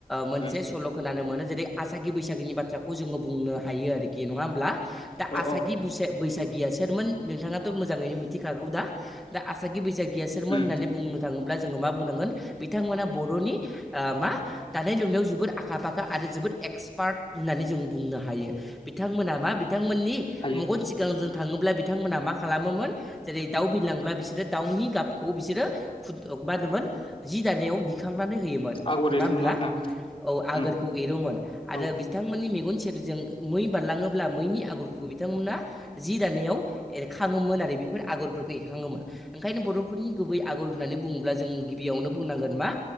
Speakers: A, in the centre; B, on the left (about 35°).
A: मोनसे
B: उम
A: सल' खोनानो मोनो जेरै आसागि बैसागिनि बाथ्राखौ जोङो बुंनो हायो आरोखि नङा होमब्ला
B: अ
A: दा आसागि
B: अ
A: बैसागियासो सोरमोन नोंथाङाथ' मोजाङैनो मिथिखागौ दा दा आसागि बैसागिया सोरमोन
B: उम
A: होननानै बुंनो थाङोब्ला जोङो मा बुंनांगोन बिथांमोना बर'नि मा दानाय लुनायाव जोबोद आखा फाखा आरो जोबोद एक्सपार्ट होननानै जों बुंनो हायो बिथांमोना मा बिथांमोननि
B: हायो
A: मेगन सिगांजों थाङोब्ला बिथांमोनहा मा खालामोमोन जेरै दाउ बिरलांब्ला बिसोरो दाउनि गाबखौ बिसोरो मा होनोमोन जि दानायाव थुखांनानै होयोमोन
B: आगर
A: नङा
B: एरोमोन
A: होमब्ला
B: आरोना
A: औ
B: उम
A: आगरखौ एरोमोन आरो
B: औ
A: बिथांमोननि मेगन सेरजों मै बारलाङोब्ला मैनि आगरखौबो बिथांमोनहा जि दानायाव एरखाङोमोन आरो बेफोर आगरफोरखौ एरखाङोमोन ओंखायनो बर'फोरनि गुबै आगर होननानै बुङोब्ला जों गिबियावनो बुंनांगोन मा